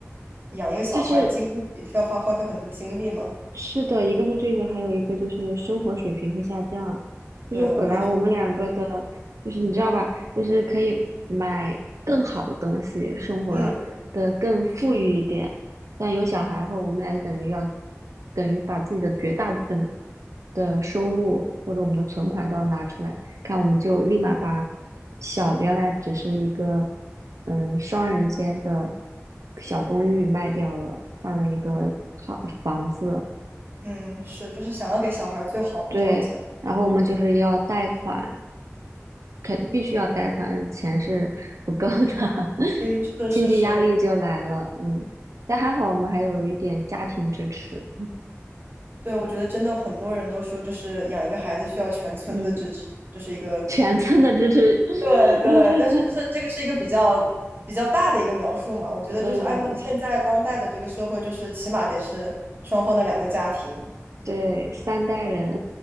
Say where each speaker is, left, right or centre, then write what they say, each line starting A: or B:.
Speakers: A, on the right; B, on the right.
A: 养一个小孩精力需要花花费很多精力吗？
B: 就是。是的，一个是这个，还有一个就是生活水平会下降。就是本来我们两个的，
A: 对，我也是，
B: 就是你知道吧，就是可以买更好的东西，生活的更富裕一点。
A: 嗯
B: 但有小孩后，我们俩就等于要，等于把自己的绝大部分的收入或者我们的存款都要拿出来，看我们就立马把小，原来只是一个嗯双人间的小公寓卖掉了，换了一个好房子。
A: 嗯，是，就是想要给小孩最好的条件。
B: 对，然后我们就是要贷款，肯必须要贷款，钱是 <laughs> 不够的，<laughs>
A: 是是是，
B: 经济压力就来了。嗯，但还好我们还有一点家庭支持，
A: 对，我觉得真的很多人都说，就是养一个孩子需要全村的支持，
B: 嗯，
A: 这是一个
B: 全村的支持，
A: <laughs>，对对，
B: <laughs>
A: 但是就是这个是一个比较比较大的一个描述嘛，我觉得就是按照现在当代的这个社会，
B: 嗯，
A: 就是起码得是双方的两个家庭，
B: 对，三代人，